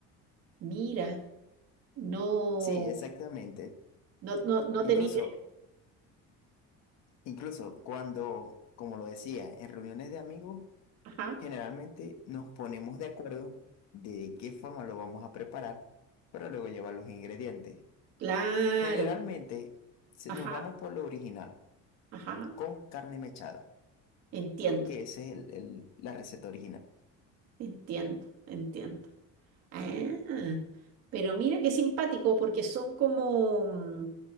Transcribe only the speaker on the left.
Sí, exactamente.
Incluso,
incluso cuando, como lo decía, en reuniones de amigos,
generalmente nos ponemos de acuerdo de qué forma lo vamos a preparar para luego llevar los ingredientes.
Generalmente se-
nos vamos por lo original.
con carne mechada,
porque esa es el- el- la receta original.